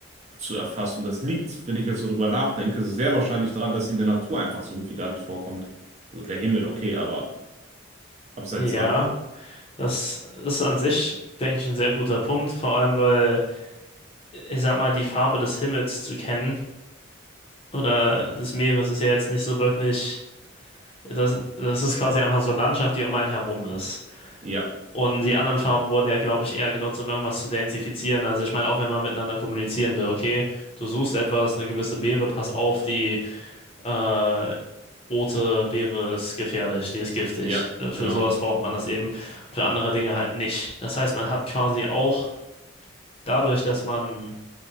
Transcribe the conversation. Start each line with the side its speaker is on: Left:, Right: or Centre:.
Right: zu erfassen. Und das liegt, wenn ich jetzt so drüber nachdenke, sehr wahrscheinlich daran, dass sie in der Natur einfach so gut wie gar nicht vorkommt. Also der Himmel, okay, aber abseits
Left: ja,
Right: davon.
Left: das ist an sich, denke ich, ein sehr guter Punkt, vor allem weil, ich sag mal, die Farbe des Himmels zu kennen oder des Meeres ist ja jetzt nicht so wirklich, das, das ist quasi einfach so Landschaft, die um einen herum ist.
Right: Ja.
Left: Und die anderen Farben wurden ja, glaube ich, eher genutzt, um irgendwas zu identifizieren. Also ich meine, auch wenn man miteinander kommunizieren will, okay, du suchst etwas, eine gewisse Beere, pass auf, die äh, rote Beere ist gefährlich, die ist giftig.
Right: Ja,
Left: Für
Right: genau.
Left: sowas braucht man das eben. Und für andere Dinge halt nicht. Das heißt, man hat quasi auch dadurch, dass man